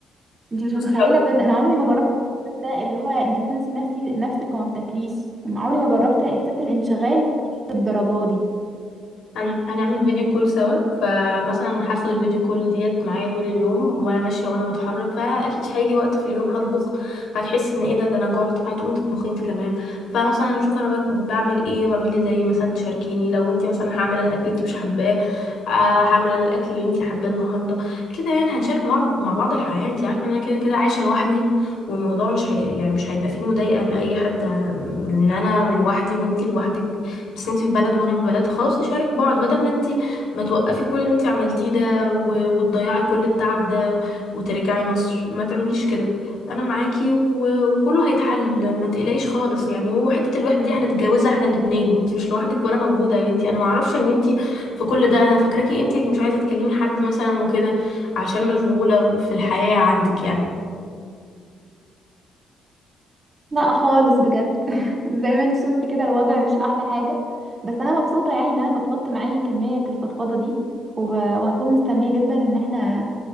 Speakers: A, on the right; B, on the left.
A: انت مش
B: بس
A: متخيله بجد انا عمري ما جربت الاحساس ده اللي هو انت بتنسي نفسي نفسك وما بتاكليش عمري ما جربت احساس الانشغال للدرجه دي
B: هن- هنعمل فيديو كول سوا فمثلا هاخد الفيديو كول ديت معايا طول اليوم وانا ماشيه وانا بتحرك فاكيد هيجي وقت في اليوم هطبخ فهتحس ان ايه ده ده انا جعت فهتقومي تطبخي انت كمان فمثلا هنشوف انا بت- بعمل ايه واعملي زي مثلا تشاركيني لو انت مثلا هعمل انا اكل انت مش حباه آه، هعمل انا الاكل اللي انت حباه النهارده كده يعني هنشارك مع مع بعض الحياه انت عارفه ان انا كده كده عايشه لوحدي والموضوع مش هي... يعني مش هيبقى فيه مضايقه لاي حد آه، ان انا لوحدي وانت لوحدك بس انتي في بلد وانا في بلد خلاص نشارك بعض بدل ما انتي ما توقفي كل اللي انتي عملتيه ده و... وتضيعي كل التعب ده وترجعي مصر ما تعمليش كده انا معاكي و... وكله هيتحل ما تقلقيش خالص يعني وحتة الوحدة دي هنتجوزها احنا الاتنين انتي مش لوحدك وانا موجودة يا بنتي انا معرفش ان انتي في كل ده انا فاكراكي انتي اللي مش عايزة تكلمي حد مثلا وكده عشان مشغولة في الحياة عندك يعني
A: لا خالص بجد <laughs> زي ما انت شفت كده الوضع مش احلى حاجه بس انا مبسوطه يعني ان انا فضفضت معاكي كميه الفضفضه دي وب... وهكون مستنيه جدا ان احنا